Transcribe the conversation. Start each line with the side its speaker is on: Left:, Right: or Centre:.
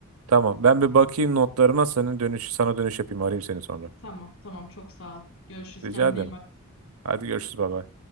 Right: tamam ben bir bakayım notlarıma senin dönüş sana dönüş yapayım arayayım seni sonra.
Left: Tamam tamam çok sağ ol. Görüşürüz
Right: Rica
Left: kendine
Right: ederim.
Left: iyi bak.
Right: Hadi görüşürüz baba.